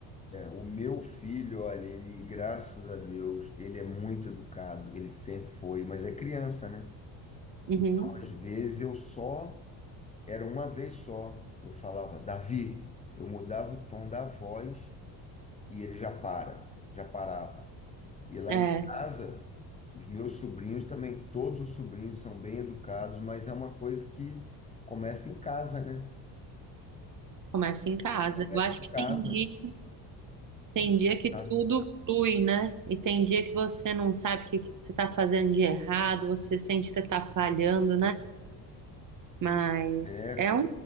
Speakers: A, on the left; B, on the right.
A: O meu filho, olha, ele, graças a Deus, ele é muito educado, ele sempre foi, mas é criança, né?
B: Uhum.
A: Então, às vezes, eu só, era uma vez só, eu falava, Davi, eu mudava o tom da voz e ele já para, já parava. E lá
B: É,
A: em casa, os meus sobrinhos também, todos os sobrinhos são bem educados, mas é uma coisa que começa em casa, né?
B: começa em casa.
A: Começa
B: Eu acho
A: em
B: que
A: casa,
B: tem dia,
A: começa
B: tem dia
A: em
B: que
A: casa.
B: tudo flui, né? E tem dia que você não sabe o que que você está fazendo de errado, você sente que você está falhando, né? Mas
A: É,
B: é um